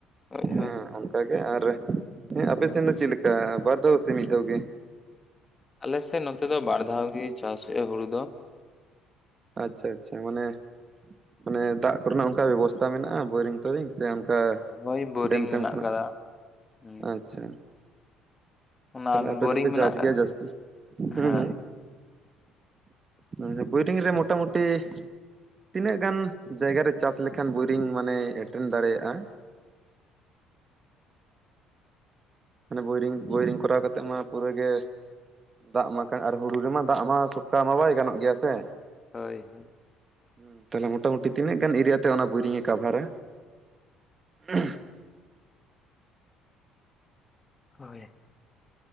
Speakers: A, on the left (about 20°); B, on the right (about 30°).
A: ᱦᱳᱭ
B: ᱦᱮᱸ
A: ᱦᱳᱭ
B: ᱚᱱᱠᱟᱜᱮ ᱟᱨ ᱦᱮ ᱟᱯᱮ ᱥᱮᱱ ᱫᱚ ᱪᱮᱫ ᱞᱮᱠᱟ ᱵᱟᱨ ᱫᱷᱟᱣ ᱥᱮ ᱢᱤᱫ ᱫᱷᱟᱣ ᱜᱮ
A: ᱟᱞᱮᱥᱮᱫ ᱱᱚᱛᱮ ᱫᱚ ᱵᱟᱨ ᱫᱷᱟᱣ ᱜᱮ ᱪᱟᱥ ᱦᱩᱭᱩᱜᱼᱟ ᱦᱩᱲᱩ ᱫᱚ
B: ᱟᱪᱪᱷᱟ ᱟᱪᱪᱷᱟ ᱢᱟᱱᱮ ᱢᱟᱱᱮ ᱫᱟᱜ ᱠᱚᱨᱮᱱᱟᱜ ᱚᱱᱠᱟ ᱵᱮᱵᱚᱥᱛᱟ ᱢᱮᱱᱟᱜᱼᱟ ᱵᱳᱭᱨᱤᱝ ᱛᱳᱨᱤᱝ ᱥᱮ ᱚᱱᱠᱟ
A: ᱦᱳᱭ ᱵᱳᱨᱤᱝ
B: ᱰᱮᱢ ᱛᱮᱢ
A: ᱢᱮᱱᱟᱜ
B: ᱠᱷᱚᱱᱟᱜ
A: ᱠᱟᱫᱟ ᱦᱩᱸ
B: ᱟᱪᱪᱷᱟ
A: ᱚᱱᱟ
B: ᱛᱟᱦᱚᱞᱮ ᱟᱯᱮ
A: ᱵᱳᱨᱤᱝ
B: ᱫᱚᱯᱮ
A: ᱢᱮᱱᱟᱜ
B: ᱪᱟᱥ
A: ᱠᱟᱫᱟ
B: ᱜᱮᱭᱟ ᱡᱟᱹᱥᱛᱤ
A: ᱦᱳᱭ
B: ᱦᱩᱸ ᱦᱩᱸ ᱵᱳᱭᱨᱤᱝ ᱨᱮ ᱢᱳᱴᱟᱢᱩᱴᱤ ᱛᱤᱱᱟᱹᱜ ᱜᱟᱱ ᱡᱟᱭᱜᱟ ᱨᱮ ᱪᱟᱥ ᱞᱮᱠᱷᱟᱱ ᱵᱳᱭᱨᱤᱝ ᱢᱟᱱᱮ ᱮᱴᱮᱱ ᱫᱟᱲᱮᱭᱟᱜᱼᱟ᱾ ᱢᱟᱱᱮ ᱵᱳᱭᱨᱤᱝ ᱵᱳᱭᱨᱤᱝ ᱠᱚᱨᱟᱣ ᱠᱟᱛᱮᱜ ᱢᱟ ᱯᱩᱨᱟᱹᱜᱮ ᱫᱟᱜ ᱢᱟ ᱠᱟᱱ ᱟᱨ ᱦᱩᱲᱩ ᱨᱮᱢᱟ ᱫᱟᱜ ᱢᱟ ᱥᱚᱴᱠᱟ ᱢᱟ ᱵᱟᱭ ᱜᱟᱱᱚᱜ ᱜᱮᱭᱟ ᱥᱮ
A: <unintelligible>
B: ᱦᱮᱸ ᱛᱟᱦᱞᱮ ᱢᱚᱴᱟ ᱢᱩᱴᱤ ᱛᱤᱱᱟᱹᱜ ᱜᱟᱱ ᱮᱨᱤᱭᱟ ᱛᱮ ᱚᱱᱟ ᱵᱳᱨᱤᱧ ᱮ ᱠᱟᱵᱷᱟᱨᱟ <unintelligible>
A: <unintelligible>